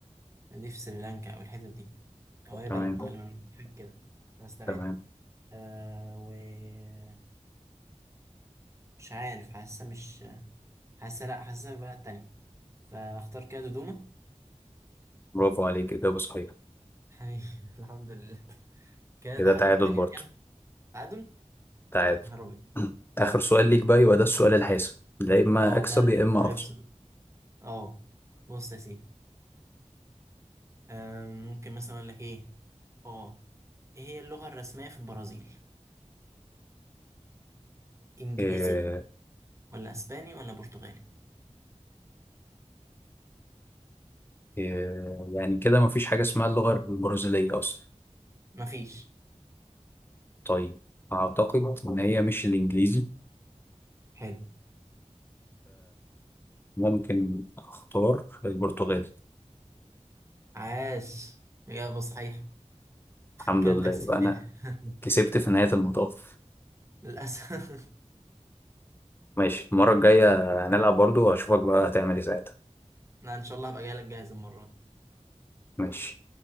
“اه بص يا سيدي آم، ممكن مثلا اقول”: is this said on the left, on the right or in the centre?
Right